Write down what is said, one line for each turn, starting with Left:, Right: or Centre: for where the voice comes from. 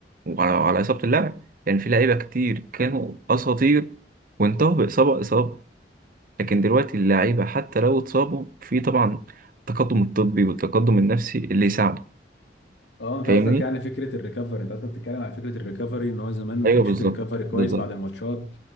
Right: وعلى على إصابة اللاعب يعني في لعيبة كتير كانوا أساطير وانتهوا بإصابة إصابة لكن دلوقتي اللعيبة حتى لو اتصابوا في طبعا التقدم الطبي والتقدم النفسي اللي يساعده
Left: اه انت
Right: فاهمني؟
Left: قصدك يعني فكره الريكفري انت قصدك بتتكلم على فكره الريكفري ان هو زمان ما
Right: أيوه
Left: كانش
Right: بالظبط
Left: فيه ريكفري كويس
Right: بالظبط
Left: بعد الماتشات